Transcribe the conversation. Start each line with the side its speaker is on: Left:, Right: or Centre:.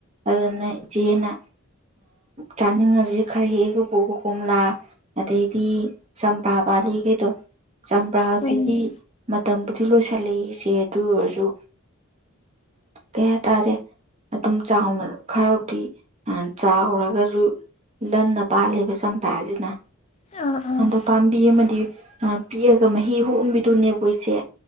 Right: ꯑꯗꯨꯅꯦ ꯏꯆꯦꯅ ꯆꯥꯅꯤꯡꯉꯁꯦ ꯈꯔ ꯍꯦꯛꯑꯒ ꯄꯨꯒꯣ ꯀꯣꯝꯂꯥ ꯑꯗꯩꯗꯤ ꯆꯝꯄ꯭ꯔꯥ ꯄꯂꯤꯒꯤꯦꯗꯣ ꯆꯝꯄ꯭ꯔꯁꯤꯗꯤ
Left: ꯍꯣꯏꯅꯦ
Right: ꯃꯇꯝꯕꯨꯗꯤ ꯂꯣꯏꯁꯤꯜꯂꯛꯑꯦ ꯏꯆꯦ ꯑꯗꯨ ꯑꯣꯏꯔꯁꯨ ꯀꯩ ꯍꯥꯏꯇꯥꯔꯦ ꯑꯗꯨꯝ ꯆꯥꯎꯅ ꯈꯔꯕꯨꯗꯤ ꯆꯥꯎꯔꯒꯁꯨ ꯂꯟꯅ ꯄꯥꯜꯂꯦꯕ ꯆꯝꯄ꯭ꯔꯥꯁꯤꯅ
Left: ꯑꯥ ꯑꯥ
Right: ꯑꯗꯣ ꯄꯥꯝꯕꯤ ꯑꯃꯗꯤ ꯑꯥ ꯄꯤꯛꯑꯒ ꯃꯍꯤ ꯍꯣꯝꯕꯤꯗꯨꯅꯦꯕꯀꯣ ꯏꯆꯦ